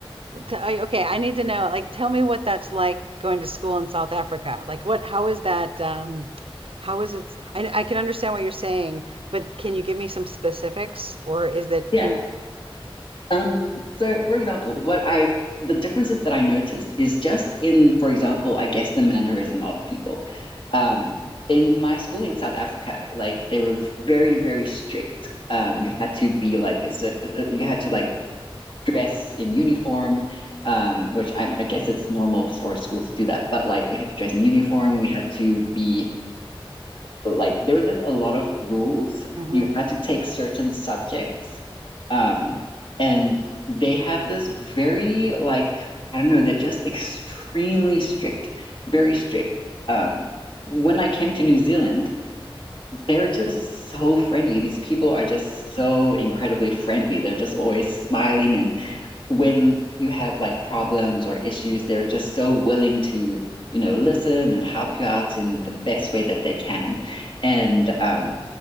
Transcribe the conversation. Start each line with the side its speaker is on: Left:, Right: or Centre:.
Right: Well, t- I- Okay, I need to know. Like, tell me what that's like going to school in South Africa. Like, what? How is that? Um, how is it? I, I can understand what you're saying, but can you give me some specifics, or is that
Left: Yeah.
Right: can you?
Left: Um, so for example, what I the differences that I noticed is just in, for example, I guess the mannerism of people. Um, in my school in South Africa, like they were very, very strict. Um, you had to be like a cer- uh, you had to like dress in uniform, um, which I, I guess it's normal for schools to do that. But like we had to dress in uniform, we had to be like there were just a lot of rules.
Right: Mm-hmm,
Left: You had to take certain subjects. Um, and they have this very like I don't know, they're just extremely strict, very strict. Um, when I came to New Zealand, they're just so friendly. These people are just so incredibly friendly. They're just always smiling and when you have like problems or issues, they're just so willing to, you know, listen and help you out in the best way that they can. And um,